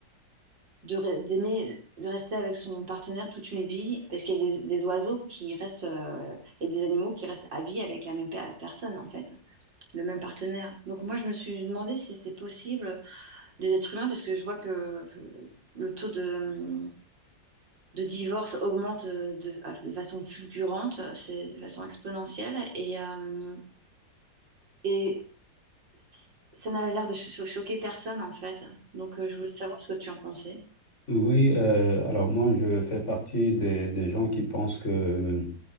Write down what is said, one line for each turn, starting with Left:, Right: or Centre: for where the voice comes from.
Right: de re- d'aimer de rester avec son partenaire toute une vie parce qu'il y a des, des oiseaux qui restent euh, et des animaux qui restent à vie avec la même per- personne en fait le même partenaire donc moi je me suis demandé si c'était possible les êtres humains parce que je vois que euh, le taux de hum, de divorce augmente euh, de, de façon fulgurante c'est de façon exponentielle et euh, et c- ça n'avait l'air de cho- cho- choquer personne en fait donc euh, je voulais savoir ce que tu en pensais
Left: Oui, euh, alors moi je fais partie des, des gens qui pensent que